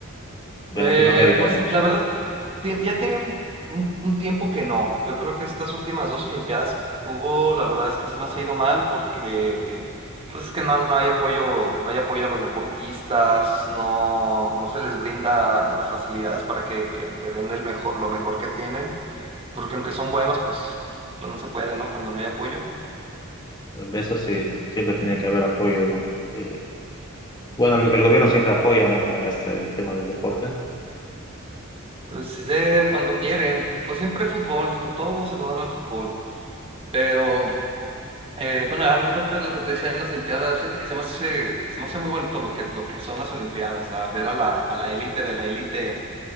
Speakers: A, on the left (about 20°); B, on the right (about 25°).
A: De
B: Eh,
A: Latinoamérica.
B: pues la verdad, ti- ya tiene un, un- un tiempo que no. Yo creo que estas últimas dos Olimpiadas que hubo, la verdad es que sí nos ha ido mal porque eh, pues es que no, no hay apoyo, no hay apoyo a los deportistas, no, no se les brinda las facilidades para que, que, que den el mejor, lo mejor que tienen, porque aunque son buenos, pues, pues no se puede, ¿no? Cuando no hay apoyo.
A: Eso sí, siempre tiene que haber apoyo, ¿no? Eh, bueno, el, el gobierno siempre apoya, ¿no? a Este tema del deporte.
B: Pues, eh, cuando quieren, pues siempre fútbol, todo se lo dan al fútbol, pero... Eh, bueno, hablando ahorita de lo que te decía de las Olimpiadas, fíjate que se me hace, se me hace muy bonito lo que, lo que son las Olimpiadas, a ver a la, a la élite de la élite